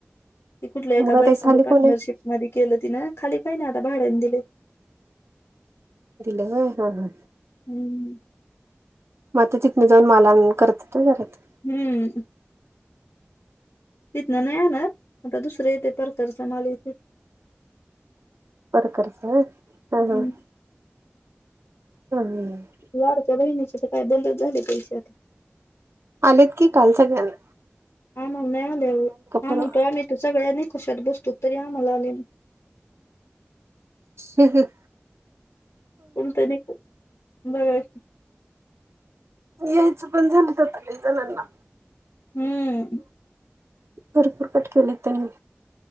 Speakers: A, on the left (about 85°); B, on the right (about 80°).
A: ती कुठल्या एका
B: मग
A: बाई
B: आता
A: संांग
B: खाली
A: पार्टनरशिप
B: कोण आहे
A: मध्येे केलं ति ना खाली काही नाही आता भाड्यानी दिले
B: तला हय हा हा
A: हम्म
B: म ते तिकने जाऊन मला करतलात
A: हम्म तिथन नाही आणत आता दुसरं येते परकरचा मालेते
B: पर कर्स हा
A: हम्म
B: हा हम ह
A: लाडक्या बहिणीच्या तर काय बंदच झाले पैसे आता
B: आलेत की काल सग आले
A: हा म्हण नाही आले हा
B: परवा
A: म्हणतो आम्ही त सगळ्या निकषात बसतो तरी आम्हाला आलेल
B: हम् हम
A: पण त्यांनी बघाय
B: यायचं पण झालं तर तला जणांना
A: हम्म
B: भरपुरपट केलेत त्यांनी